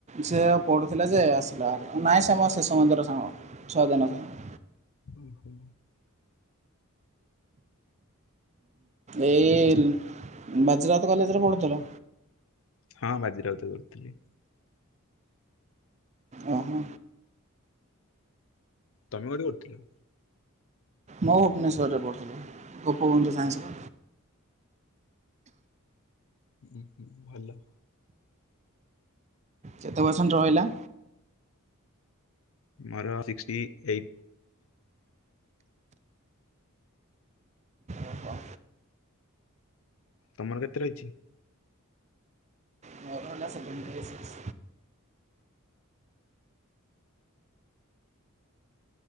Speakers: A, on the right; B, on the left.
A: ସେ ପଢ଼ୁଥିଲା ଯେ ଆସିଲା ନାଇଁ ସେ ମୋ ଶିଶୁ ମନ୍ଦିର ସାଙ୍ଗ ଛୁଅ ଦିନ ସାଙ୍ଗ
B: ଓହୋ
A: ଏଇ ବାଯିରାଉତ କଲେଜରେ ପଢ଼ୁଥିଲ
B: ହଁ ବାଜିରାଉତ କରୁଥିଲି।
A: ଓ ହୋ
B: ତମେ କୋଠି କରୁଥିଲ
A: ମୁଁ ଭୁବନେଶ୍ୱରରେ ପଡଥିଲି ଗୋପବନ୍ଧୁ ସାଇନ୍ସ
B: ଉହୁ ଭଲ
A: କେତେ ପରସେଣ୍ଟ ରହିଲା?
B: ମର ସିକ୍ଟି ଏଇଟ
A: ଓହୋ
B: ତମର କେତେ ରହିଛି?
A: ମୋର ହେଲା ସେଭେଣ୍ଟି ସିକ୍ସ